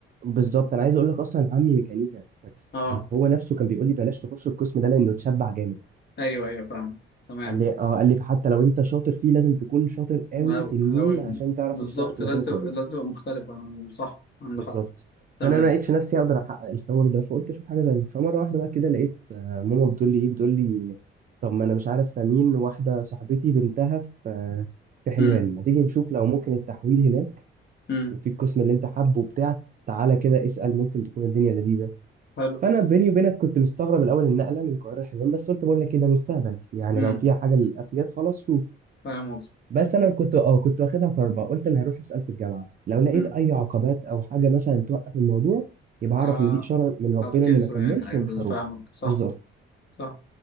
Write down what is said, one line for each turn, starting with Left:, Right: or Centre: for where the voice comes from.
Right: بالظبط انا عايز اقول لك اصلا عمي ميكانيكا بس
Left: أه
Right: هو نفسه كان بيقول لي بلاش تخش القسم ده لانه اتشبع جامد
Left: أيوه أيوه فاهم تمام
Right: قال لي اه قال لي فحتى لو انت شاطر فيه لازم تكون شاطر قوي
Left: أو
Right: تنين
Left: أو
Right: عشان تعرف
Left: بالظبط
Right: تشتغل في
Left: لازم
Right: مكان كويس
Left: لازم تبقى مختلفة عن- صح عندك
Right: بالظبط
Left: حق تمام
Right: فانا ما لقيتش نفسي اقدر احقق الحوار ده فقلت اشوف حاجه تانية فمره واحده بقى كده لقيت آه، ماما بتقول لي ايه بتقول لي طب ما انا مش عارف امين واحده صاحبتي بنتها في آه، في حلوان
Left: أمم
Right: ما تيجي نشوف لو ممكن التحويل هناك
Left: أمم
Right: وفي القسم اللي انت حابه وبتاع تعالى كده اسال ممكن تكون الدنيا لذيذه
Left: حلو
Right: فانا بيني وبينك كنت مستغرب الاول النقله من القاهره لحلوان بس قلت بقول لك كده مستقبل يعني
Left: أمم
Right: لو فيها حاجه للافياد خلاص شوف
Left: فاهم قصدي
Right: بس انا كنت اه كنت واخدها كربه قلت انا هروح اسال في الجامعه لو لقيت
Left: أمم
Right: اي عقبات او حاجه مثلا توقف الموضوع يبقى
Left: آه
Right: اعرف ان دي اشاره من ربنا
Left: هفكسه
Right: اني ما اكملش
Left: يعني أيوه
Right: ومش هروح
Left: فاهمك صح
Right: بالظبط
Left: صح